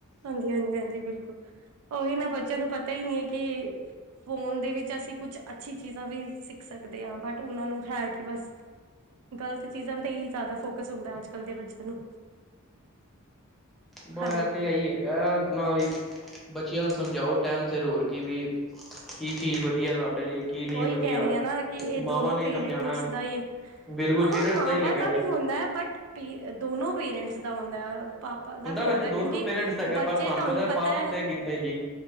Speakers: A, on the right; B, in the centre.
A: ਹਾਂਜੀ-ਹਾਂਜੀ-ਹਾਂਜੀ, ਬਿਲਕੁਲ ਉਹੀ ਨਾ ਬੱਚਿਆਂ ਨੂੰ ਪਤਾ ਹੀ ਨਹੀਂ ਹੈ ਕਿ, ਫੋਨ ਦੇ ਵਿੱਚ ਅਸੀਂ ਕੁੱਛ ਅੱਛੀ ਚੀਜ਼ਾਂ ਵੀ ਸਿੱਖ ਸਕਦੇ ਹਾਂ ਬਟ ਉਹਨਾਂ ਨੂੰ ਹੈ ਕਿ ਬਸ, ਗਲਤ ਚੀਜ਼ਾਂ ਤੇ ਹੀ ਜ਼ਿਆਦਾ ਫੋਕਸ ਹੁੰਦਾ ਅੱਜ-ਕੱਲ ਦੇ ਬੱਚਿਆਂ ਨੂੰ।
B: ਬ
A: ਹੈਲੋ
B: ਤੇ ਆਹੀ ਹੈਗਾ ਨਾ ਵੀ ਬੱਚਿਆਂ ਨੂੰ ਸਮਝਾਓ ਟਾਇਮ ਸਿਰ ਹੋਰ ਕੀ ਵੀ ਕੀ ਚੀਜ਼ ਵਧੀਆ ਤੁਹਾਡੇ ਲਈ। ਕੀ ਨਹੀਂ
A: ਉਹੀ
B: ਵਧੀਆ
A: ਕਹਿ ਰਹੀਆ ਨਾ ਕਿ ਇਹ ਦੋਨੋ
B: ਮਾਵਾਂ ਨੇ
A: ਪੇਰੈਂਟਸ
B: ਸਮਝਾਉਣਾ
A: ਦਾ ਹੀ,
B: ਬਿਲਕੁਲ
A: ਹਾਂ
B: ਪੇਰੈਂਟਸ
A: ਮਾਵਾਂ
B: ਹੀ ਹੈਗਾ
A: ਦਾ
B: ਜੀ
A: ਵੀ ਹੁੰਦਾ ਹੈ ਬਟ ਦੋਨੋ ਪੇਰੈਂਟਸ ਦਾ ਹੁੰਦਾ। ਪਾਪਾ ਦਾ ਵੀ ਹੁੰਦਾ
B: ਵੈਸੇ ਦੋਨੋਂ
A: ਕਿਉਂਕਿ
B: ਨੂੰ ਪੇਰੈਂਟਸ ਹੈਗਾ
A: ਬੱਚੇ
B: ਪਰ
A: ਤੁਹਾਨੂੰ ਪਤਾ
B: ਫਾਦਰ
A: ਹੈ,
B: ਤੇ ਕਿੱਥੇ ਜੀ